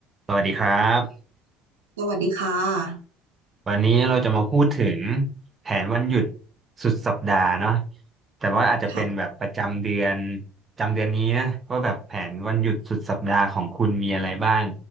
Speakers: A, on the right; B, on the right.
A: สวัสดีครับ
B: สวัสดีค่ะ
A: วันนี้เราจะมาพูดถึงแผนวันหยุดสุดสัปดาห์เนาะแต่ว่าอาจจะเป็นแบบประจำเดือน
B: ค่ะ
A: ประจำเดือนนี้นะว่าแบบแผนวันหยุดสุดสัปดาห์ของคุณมีอะไรบ้าง